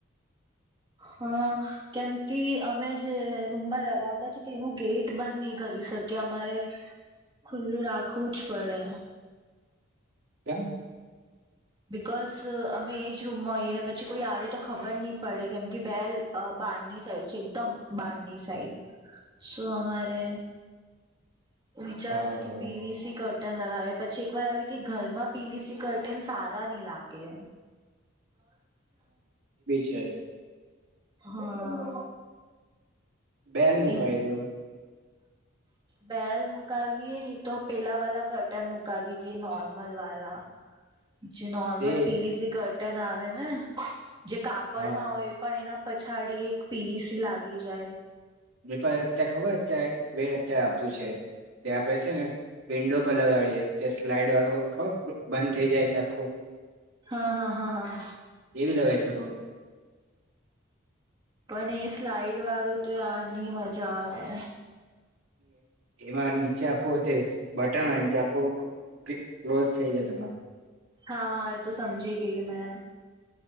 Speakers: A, on the right; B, on the right.
A: હા કેમ કે અમે જે રૂમમાં લગાવતા છી તેનું ગેટ બંધ નહી કરી શકીએ અમારે ખુલ્લું રાખવું જ પડે.
B: કેમ?
A: બિકોઝ અમે એજ રૂમમાં હોઈએ ને પછી કોઈ આવે તો ખબર નહી પડે કેમ કે બેલ બારની સાઈડ છે એકદમ બારની સાઈડ શો અમારે વિચારશે
B: હા હા
A: કે પીવીસી કર ટન લગાવ્યા પછી એક વાર આવે કે ઘરમાં પીવીસી કરટન સા રા ની લાગે.
B: જય
A: હા.
B: બેલ મુકાય
A: એમ
B: દો-
A: બેલ મુકાાવએ નહી તો પહેલા વાલા કરટન મુકાાવી દીએ નારર્મલ વાલા જે normal
B: તે
A: P V C curtain આવે ને જે કાપડમાં
B: હા
A: હોય પણ એના પછાડી એક પી વી સી લાગી જાય.
B: <unintelligible> ત્યાં ખબરં એક વેડ અત્યારે આપતું છે ત્યાં આપડે છે ને વિન્ડો પર લગાડીએ. તે સ્લાઈડ વાળું ખત બંધ થઈ જાય છે આખું.
A: હા, હા, હા, હા.
B: એવી લગઈ શકો.
A: અને એ સ્લાઈડ વાળું તો યાર ની મજા આવે.
B: એમાં નીચે આખું જે બટન હોય આખું ક્લિ ક્લોઝ થઈ જાય તમારું.
A: હા એ તો સમજી ગઈ મે.